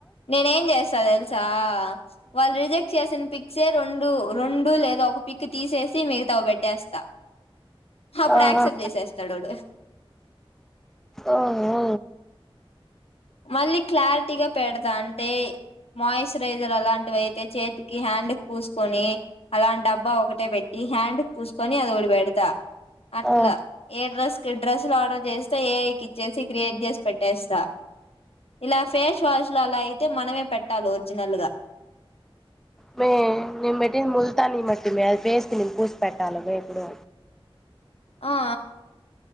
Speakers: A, on the left; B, in the centre.
A: నేనే ఏం చేస్త తెలుసా వాళ్ళు రిజెక్ట్ చేసిన పిక్సే రెండు రెండు లేదా ఒ క్ పిక్ తీసేసి మిగతావ్ పెట్టేస్తా అప్పుడు
B: ఆహా
A: యాక్సెప్ట్ చేసేస్తాడువాడు
B: ఓ ఒ
A: మళ్ళీ క్లారిటీగా పెడతా అంటే మాయిశ్చరైజర్ అలాంటివి అయితే చేతికి హ్యాండ్ డ్ పూసుకొని అలాంటి డబ్బా ఒకటే పెట్టి హ్యాండ్ పూసుకొని అది ఓకటి బేడతా అట్లా
B: ఆ
A: ఏ డ్రెస్ కి డ్రెస్సులు ఆర్డర్ చేస్తే ఏఐకి ఇచ్చేసి క్రియేట్ చేసి పెట్టేస్తా ఇలాస్ ఫేస్ వాష్ లో అలా అయితే మనమే పెట్టాలి ఒరిజినల్ గా
B: మే నెను పెట్టింది ముల్తానీ మట్టిమే అది ఫేస్ కి నేను పూసి పెట్టాలమే ఇప్పుడు
A: అ..... ఆ